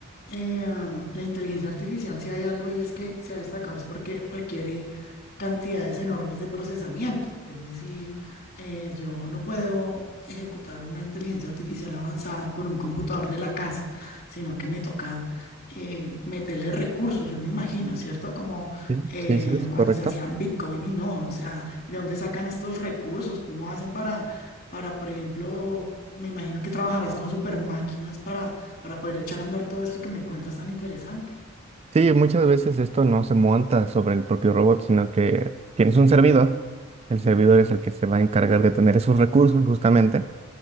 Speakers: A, on the left; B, on the right.
A: eh, ah, la inteligencia artificial, si hay algo y es que se ha destacado, es porque requiere cantidades enormes de procesamiento. Es decir, eh, yo no puedo ejecutar una inteligencia artificial avanzada con un computador de la casa, sino que me toca eh, meterle recursos, yo me imagino, ¿cierto? Como
B: Sí,
A: eh,
B: Sí, sí, es
A: cuando
B: correcto.
A: se hacían Bitcoin y no, o sea, ¿de dónde sacan estos recursos? ¿Cómo hacen para, para, por ejemplo, me imagino que trabajarás con super máquinas para, para poder echar a andar todo esto que me cuentas tan interesante?
B: Sí, muchas veces esto no se monta sobre el propio robot, sino que tienes un servidor. El servidor es el que se va a encargar de tener esos recursos justamente